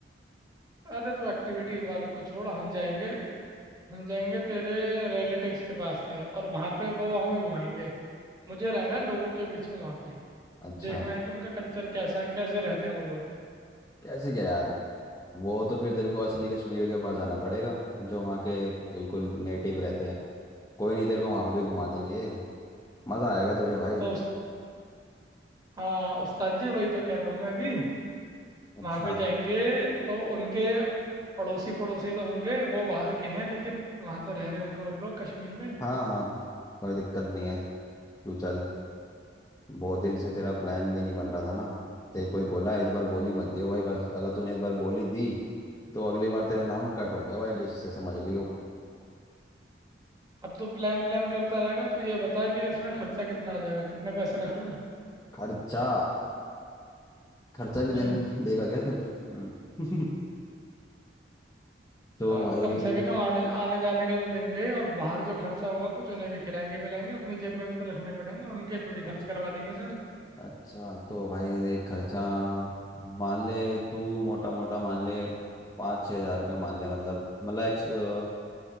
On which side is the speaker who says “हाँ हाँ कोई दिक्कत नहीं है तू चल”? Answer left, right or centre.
Left